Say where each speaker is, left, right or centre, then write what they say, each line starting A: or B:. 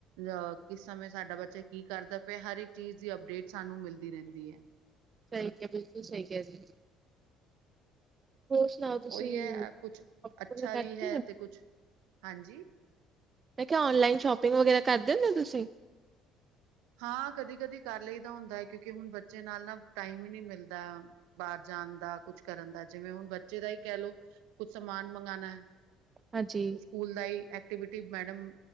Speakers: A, on the right; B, on the right.
A: ਅ ਕਿਸ ਸਮੇਂ ਸਾਡਾ ਬੱਚਾ ਕੀ ਕਰਦਾ ਪਿਆ ਹਰ ਇੱਕ ਚੀਜ਼ ਦੀ ਅਪਡੇਟ ਸਾਨੂੰ ਮਿਲਦੀ ਰਹਿੰਦੀ ਹੈ।
B: ਸਹੀ ਕਿਹਾ ਬਿਲਕੁਲ ਸਹੀ ਕਿਹਾ ਜੀ। ਹੋਰ ਸੁਣਾਓ ਤੁਸੀਂ
A: ਉਹੀ ਹੈ, ਕੁਛ
B: ਸ਼ੋਪਿੰਗ
A: ਅੱਛਾ
B: ਵਗੈਰਾ ਕਰਦੇ
A: ਵੀ ਹੈ
B: ਹੁੰਦੇ ਹੋ
A: ਤੇ, ਕੁਛ ਹਾਂਜੀ?
B: ਮੈਂ ਕਿਹਾ ਔਨਲਾਈਨ ਸ਼ੋਪਿੰਗ ਵਗੈਰਾ ਕਰਦੇ ਹੁੰਦੇ ਹੋ ਤੁਸੀਂ?
A: ਹਾਂ ਕਦੀ ਕਦੀ ਕਰ ਲਈ ਤਾਂ ਹੁੰਦਾ ਹੈ ਕਿਉਂਕਿ ਹੁਣ ਬੱਚੇ ਨਾਲ ਨਾ ਟਾਈਮ ਹੀ ਨਹੀਂ ਮਿਲਦਾ। ਬਾਹਰ ਜਾਣ ਦਾ ਕੁਛ ਕਰਨ ਦਾ ਜਿਵੇਂ ਹੁਣ ਬੱਚੇ ਦਾ ਹੀ ਕਹਿ ਲਓ। ਕੁਛ ਸਾਮਾਨ ਮੰਗਾਨਾ ਹੈ।
B: ਹਾਂਜੀ-ਹਾਂਜੀ,
A: ਸਕੂਲ ਦਾ ਹੀ ਐਕਟੀਵਿਟੀ ਮੈਡਮ